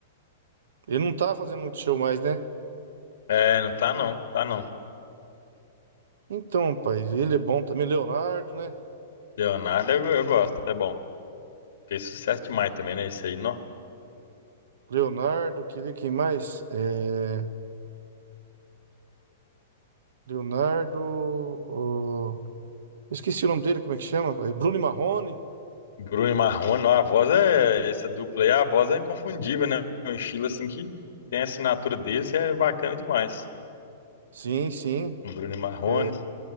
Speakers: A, on the right; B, on the left.
A: Ele não tá fazendo muito show mais, né?
B: É, não tá não, tá não.
A: Então, rapaz, ele é bom também. Leonardo, né?
B: Leonardo eu, eu gosto, é bom. Fez sucesso demais também, né? Esse aí, nó.
A: Leonardo, que vê quem mais? É, Leonardo. o- Esqueci o nome dele, como é que chama? rapaz? Bruno e Marrone.
B: Bruno e Marrone, nó, a voz é. Essa dupla aí, a voz é inconfundível, né? Um estilo assim que tem a assinatura deles que é bacana demais.
A: Sim, sim.
B: Bruno e Marrone.
A: É,